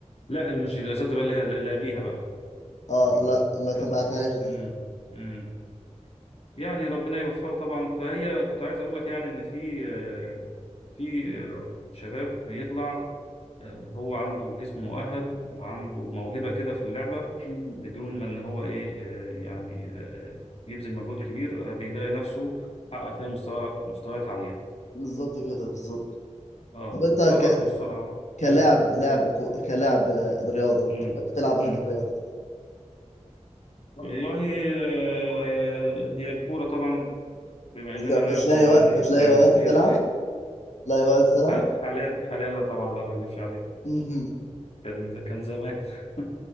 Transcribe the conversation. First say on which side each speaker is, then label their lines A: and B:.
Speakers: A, on the left; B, on the left.
A: لا مش الاساتذه بقى اللي هي اللي قبليها بقى
B: اه
A: ال-
B: لا ما تبعتهاش
A: كان في-
B: دي
A: امم امم يعني ربنا يوفقه طبعا فهي كنت عايز اقول لك يعني ان في آه، في آه، شباب بيطلع آه، هو عنده جسم مؤهل وعنده موهبة كده في اللعبة
B: مم.
A: بدون ما ان هو ايه آه، يعني آه، يبذل مجهود كبير آه، بيلاقي نفسه حقق فيها مستوى مستويات عالية
B: بالظبط كده بالظبط
A: اه
B: طب انت
A: سواء
B: ك...
A: بقى في المصارعة
B: كلاعب
A: مم.
B: لعب كو... كلاعب آه، رياضة
A: مم.
B: بتحب تلعب اهنا
A: مم.
B: رياضة
A: والله آه، هي الكورة طبعا بما
B: بت-
A: اننا
B: بتلاقي
A: احنا يعني
B: وقت بتلاقي
A: لعبنا
B: وقت
A: كتير
B: تلعب بتلاقي وقت تلعب
A: <laughs> حاليا حاليا لا طبعا لا ما اكذبش عليك
B: مهم.
A: كان كان زمان <laughs>